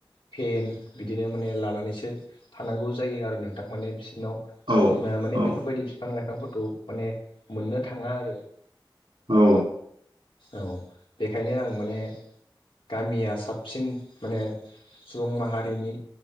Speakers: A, on the left; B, on the right.
A: फेन बिदिनो माने लानानैसो थानांगौ जायो आरो नोंथां माने बिसिनाव
B: औ
A: ओ माने
B: औ
A: बेफोरबायदि फिफां लाइफांफोरखौ माने मोननो थाङा आरो।
B: औ।
A: औ बेखायनो आं माने गामिया साबसिन माने सुबुं माहारिनि